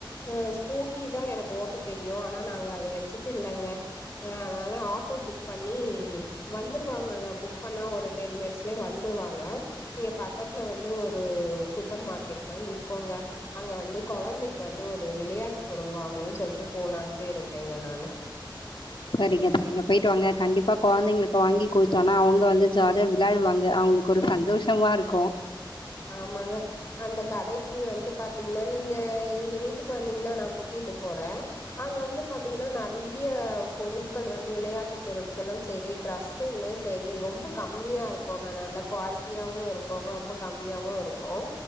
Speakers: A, on the left; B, on the left.
A: ஆ ஸ்கூட்டி தான் எனக்கு ஓட்ட தெரியும் ஆனா நாங்க அத வச்சுட்டு இல்லங்க அதனால ஆட்டோ புக் பண்ணி வந்துருவாங்க புக் பண்ணா ஒரு டென் மினிட்ஸ்லயே வ ருவாங்க நீங்க பக்கத்துல வந்து ஒரு சூப்பர் மார்க்கெட் மாரி இருக்கோங்க அங்க வந்து குழந்தைக்கு வந்து ஒரு விளையாட்டு பொருள் வாங்கணும்னு சொல்ட்டு போலான்ட்டுருக்கேங்க நானு
B: சரிங்க சரிங்க போயிட்டு வாங்க கண்டிப்பா குழந்தைங்களுக்கு வாங்கி குடுத்தோன்னா அவுங்க வந்து ஜாலியா விளையாடுவாங்க அவங்களுக்கு ஒரு சந்தோஷமா இருக்கும்
A: ஆமாங்க அந்த கடைக்கு வந்து பாத்தீங்கன்னா நீங்க எங்க வீட்டுக்கு வந்தீங்கன்னா நா கூட்டிட்டு போறேன் அங்க வந்து பாத்தீங்கன்னா நறைய பொருட்கள் வந்து விளையாட்டு பொருட்களும் சேரி டிரஸ் பசுங்களும் செரி ரொம்ப கம்மியா இருக்கோங்க நல்ல குவாலிட்டியாவும் இருக்கோங்க ரொம்ப கம்மியாவும் இருக்கும்